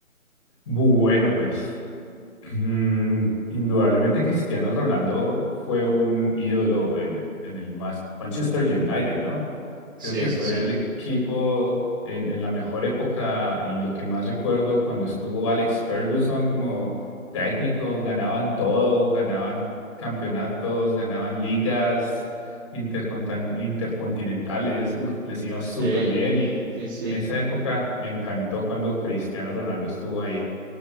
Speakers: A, on the left; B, on the right.
A: Bueno, pues. Mm, indudablemente Cristiano Ronaldo fue un ídolo en el, en el Mas- Manchester United, ¿no?
B: Sí,
A: Creo que
B: sí,
A: fue
B: sí.
A: el equipo en, en la mejor época y lo que más recuerdo cuando estuvo Alex Ferguson como técnico, ganaban todo, ganaban campeonatos, ganaban ligas intercontan- intercontinentales, uf, les iba súper
B: Sí,
A: bien y
B: sí, sí.
A: en esa época me encantó cuando Cristiano Ronaldo estuvo ahí.